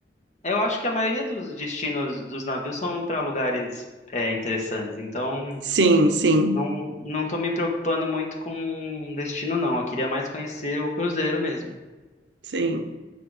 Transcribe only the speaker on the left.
eu acho que a maioria dos destinos dos navios são para lugares, é, interessantes, então.
Não, não tô me preocupando muito com um destino, não. Eu queria mais conhecer o cruzeiro mesmo.